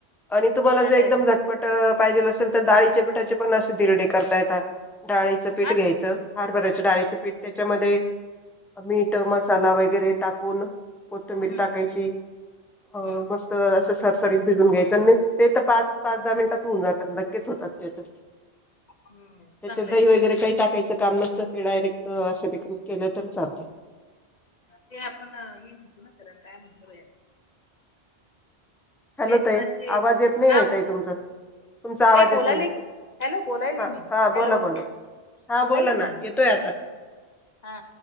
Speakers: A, in the centre; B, on the left.
A: आणि तुम्हाला
B: छान
A: जर एकदम
B: आहे
A: झटपट पाहिजेल असेल तर डाळीच्या पिठाचे पण अशे धिरडे करता येतात डाळीचं पीठ
B: हा
A: घ्यायचं हरभर्याच्या डाळीचं पीठ त्याच्यामध्ये मीठ, मसाला वगैरे टाकून कोथिंबीर
B: हम्म
A: टाकायची
B: हम्म
A: अ
B: हम्म
A: मस्त असं सरसरीत भिजून घ्यायची ते तर पाच पाच दहा मिनिटात होऊन जातात लगेच होतात ते तर
B: हम्म हम्म.
A: त्याच्यात
B: चांगलं
A: दही
B: आहे ते
A: वगैरे
B: पण.
A: काही टाकायचं? काम नसतं ते डायरेक्ट असे केलं तर चालतात
B: ते आपण हे म्हणतो ना त्याला काय म्हणतो बाई?
A: हॅलो
B: बेसनाचे
A: ताई आवाज येत नाही
B: हा
A: ताई तुमचा तुमचा आवाज
B: हे बोलालोय
A: येत नाही
B: की हॅलो बोलालोय
A: हा
B: मी
A: हा
B: हॅलो.
A: बोला बोला. हा
B: बोललोय
A: बोला
B: ना मी.
A: येतोय आता.
B: हा